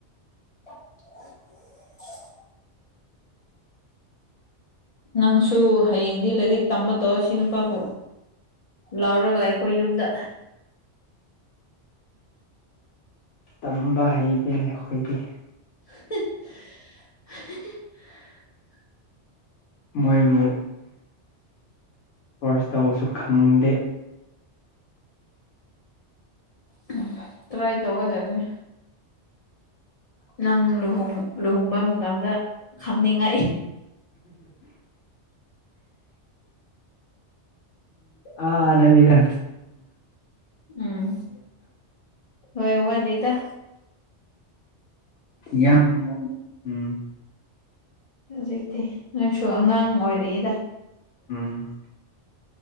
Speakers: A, on the left (about 55°); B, on the left (about 80°).
A: <inaudible> ꯅꯪꯁꯨ ꯍꯌꯦꯡꯗꯤ ꯂꯥꯏꯔꯤꯛ ꯇꯝꯕ ꯇꯧꯔꯁꯤ ꯅꯨꯄꯥꯕꯨ ꯂꯥꯎꯔꯒ ꯑꯩꯈꯣꯏ ꯌꯨꯝꯗ
B: ꯇꯝꯕ ꯍꯩꯗꯦꯅꯦ ꯑꯩꯈꯣꯏꯗꯤ
A: <inaudible>
B: ꯃꯣꯏꯕꯨ ꯀꯣꯔꯁ ꯇꯧꯕꯁꯨ ꯈꯪꯗꯦ
A: ꯎꯝ ꯇ꯭ꯔꯥꯏ ꯇꯧꯒꯗꯕꯅꯦ ꯅꯪ ꯂꯨꯍꯣꯡ ꯂꯨꯍꯣꯡꯕ ꯃꯇꯝꯗ ꯈꯪꯅꯤꯡꯉꯥꯏ
B: ꯑ ꯑꯗꯨ ꯅꯩꯅꯗ
A: ꯎꯝ ꯍꯣꯏ ꯋꯥꯠꯂꯤꯗ
B: ꯌꯥꯝ ꯎꯝ
A: ꯍꯧꯖꯤꯛꯇꯤ ꯅꯣꯏꯁꯨ ꯑꯉꯥꯡ ꯑꯣꯏꯔꯤꯛꯏꯗ
B: ꯎꯝ